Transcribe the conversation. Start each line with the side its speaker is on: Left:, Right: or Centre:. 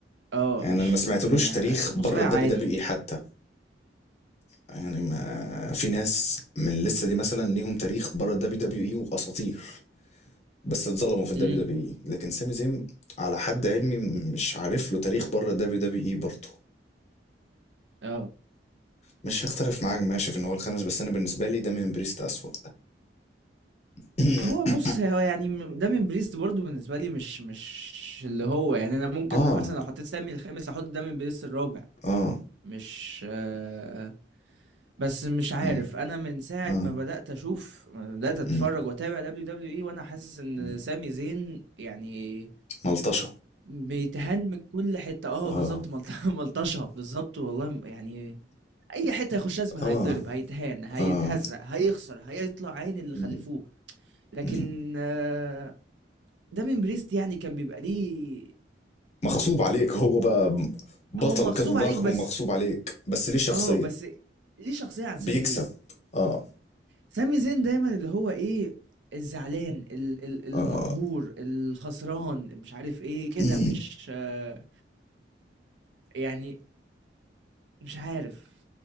Right: اه
Left: يعني
Right: مش
Left: أنا ما سمعتلوش
Right: ما-
Left: تاريخ
Right: مصارع
Left: بره الدبليو
Right: عادي
Left: دبليو إي حتى يعني ما في ناس من اللسة دي مثلا ليهم تاريخ بره الدبليو دبليو إي وأساطير بس اتظلموا في الدبليو
Right: امم
Left: دبليو إي لكن سامي زين على حد علمي مش عارف له تاريخ بره الدبليو دبليو إي برضه
Right: اه
Left: مش هختلف معاك ماشي في ان هو الخامس بس انا بالنسبه لي ده من بريست اسوأ <clears throat>
Right: هو بص هو يعني م- دامين بريست برضو بالنسبة لي مش مش اللي هو يعني
Left: <applause>
Right: انا ممكن
Left: اه
Right: مثلا لو حطيت سامي الخامس احط دامين بريست الرابع
Left: اه
Right: مش آه بس مش عارف
Left: اه
Right: انا من ساعة
Left: اه
Right: ما بدأت اشوف ما بدأت اتفرج
Left: مم.
Right: واتابع دبليو دبليو اي وانا حاسس ان
Left: مم.
Right: سامي زين يعني
Left: ملطشة
Right: بيتهان من كل حتة اه
Left: اه
Right: بالظبط ملط- <laughs> ملطشة بالظبط والله م- يعني اي حتة يخش لازم هيتضرب
Left: اه
Right: هيتهان هيتهزق
Left: اه
Right: هيخسر هيطلع عين اللي
Left: مم.
Right: خلفوه لكن
Left: مم.
Right: آه، دامين بريست يعني كان بيبقى ليه
Left: مغصوب عليك هو بقى بطل
Right: هو مغصوب
Left: كده ضخم
Right: عليك بس
Left: ومغصوب عليك بس ليه شخصية
Right: اه بس ليه شخصية عن
Left: بيكسب
Right: سامي زين
Left: اه
Right: سامي زين دايما اللي هو ايه الزعلان ال- ال- المقهور
Left: اه
Right: الخسران مش عارف ايه كده
Left: مم.
Right: مش آه، يعني مش عارف